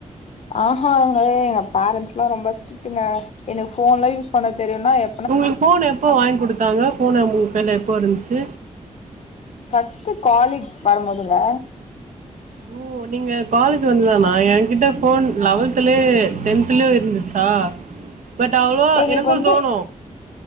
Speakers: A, on the left; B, on the right.
A: ஆஹாங்க எங்க பேரன்ட்ஸ்லா ரொம்ப ஸ்டிட்டுங்க எனக்கு போன்லா யூஸ் பண்ண தெரியுனா எ
B: உங்களுக்கு ஃபோன் எப்போ வாய்ங் குடுத்தாங்க ஃபோனு உங்களு கைல எப்போ இருந்துச்சு
A: ஃபஸ்ட்டு காலேஜ் வருபோதுங்க
B: ஓ நீங்க காலேஜ் வந்துதானா எகிட்ட ஃபோன் லெவல்துலே டென்துலே இருந்துச் சா பட் அவ்ளோவா
A: எங்களுக்கு
B: எனக்கு
A: வந்து
B: தோணு